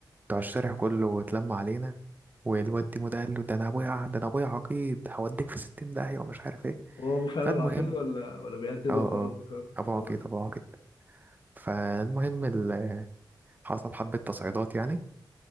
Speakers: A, on the right; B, on the left.
A: بتوع الشارع كله واتلموا علينا والواد ديمو ده قال له ده انا ابويا ع- ده انا ابويا عقيد هوديك في 60 داهية ومش عارف ايه
B: هو ابوه فعلا
A: فالمهم
B: عقيد ولا ولا بيهدده
A: اه
B: وخلاص
A: اه
B: بخلاص
A: ابو عقيد
B: اه
A: ابو عقيد فالمهم ال- حصل حبة تصعيدات يعني